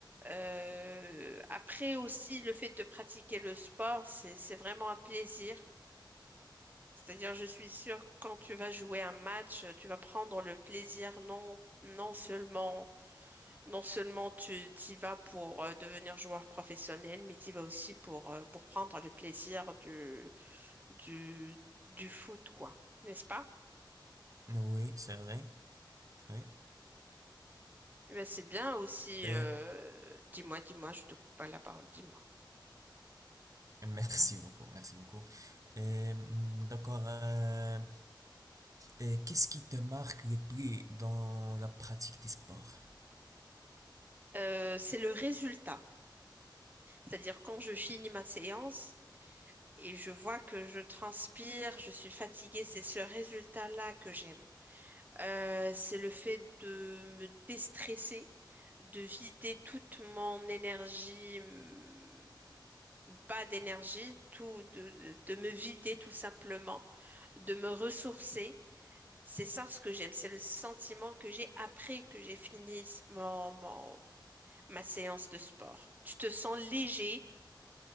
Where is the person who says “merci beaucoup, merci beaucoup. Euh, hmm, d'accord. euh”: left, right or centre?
Right